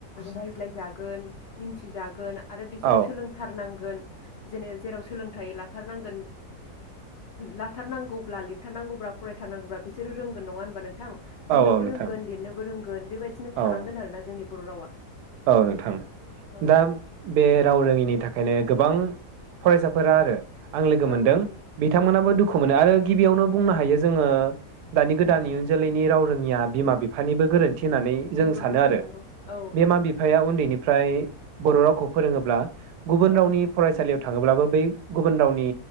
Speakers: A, on the left; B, on the right.
A: रायज्लायजागोन मिथिजागोन आरो बिसोरो
B: औ
A: सोलोंथारनांगोन जेने जेराव सोलोंथाइ लाथारनांगोन लाथारनांगौब्ला थानांगौब्ला फरायथारांगौब्ला बे बिसोरो रोंगोन नंङा होनबा नोंथां
B: औ
A: बुंनोबो
B: औ नोंथां
A: रोंगोन लिरनोबो रोंगोन गोन बेबायदिनो थालांगोन
B: औ
A: आरोना जोंनि बर रावा
B: औ नोंथां
A: औ
B: दा बे राव रोंङिनि थाखायनो गोबां फरायसाफोरा आरो आं लोगो
A: औ
B: मोनदों
A: औ नंगौ
B: बिथांमोनाबो दुखु मोनो आरो गिबियावनो बुंनो हायो जोंङो दानि गोदान
A: औ
B: इयुन जोलैनि राव रो ङिया बिमा बिफानिबो गोरोन्थि थि होननानै जों
A: नंगौ
B: सानो
A: नोंथां
B: आरो
A: नंगौ औ
B: बिमा
A: औ
B: बिफाया उन्दैनिफ्राय ओमफ्राय बर रावखौ फोरोंङोब्ला गुबुन
A: औ
B: रावनि फरायसालियाव थांङोब्लाबो बै गुबुन रावनि